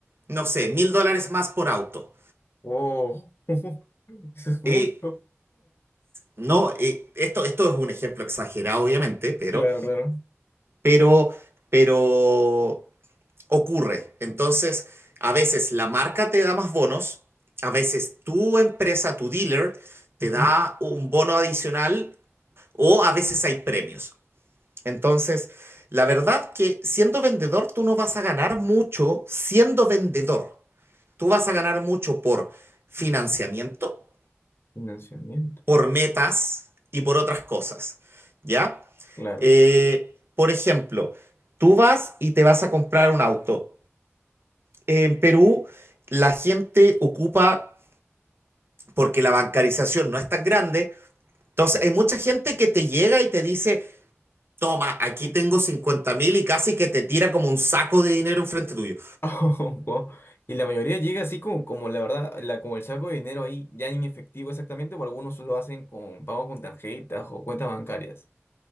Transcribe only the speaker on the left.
Oh, <laughs> eso es mucho.
Claro, claro.
Ujú.
Financiamiento,
claro.
<laughs> Wow. Y la mayoría llega así como, como la verdad, la, como el saco de dinero ahí ya en efectivo exactamente, o algunos lo hacen con pago con tarjetas o cuentas bancarias.